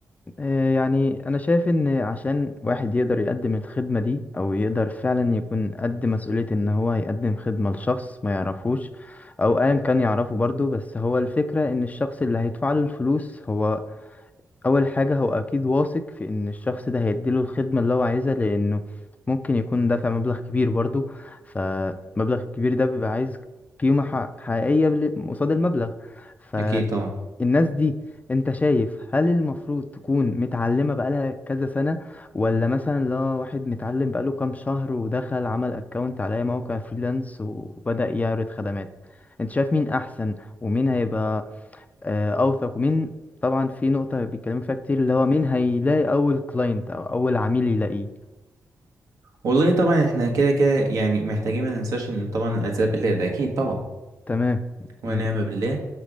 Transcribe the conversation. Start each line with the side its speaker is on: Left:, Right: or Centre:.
Left: آه يعني أنا شايف إن عشان واحد يقدر يقدم الخدمة دي أو يقدر فعلا يكون قد مسؤولية إن هو يقدم خدمة لشخص ما يعرفوش أو أيا كان يعرفه برضه بس هو الفكرة إن الشخص اللي هيدفع له الفلوس هو اول حاجه هو اكيد واثق في ان الشخص ده هيديله الخدمه اللي هو عايزها لانه ممكن يكون دافع مبلغ كبير برضو فمبلغ الكبير ده بيبقى عايز قيمه ح- حقيقيه بل- قصاد المبلغ فالناس
Right: اكيد طبعا
Left: دي انت شايف هل المفروض تكون متعلمه بقالها كذا سنه ولا مثلا لا واحد متعلم بقاله كام شهر ودخل عمل اكونت على أي موقع فريلانس وبدأ يعرض خدمات انت شايف مين احسن ومين هيبقى آه، اوثق مين طبعا في نقطة بيتكلموا فيها كتير اللي هو مين هيلاقي اول كلاينت او اول عميل يلاقيه
Right: والله طبعا احنا كده كده يعني محتاجين ما ننساش ان طبعا العذاب الله ده اكيد طبعا
Left: تمام
Right: ونعم
Left: بالظبط
Right: بالله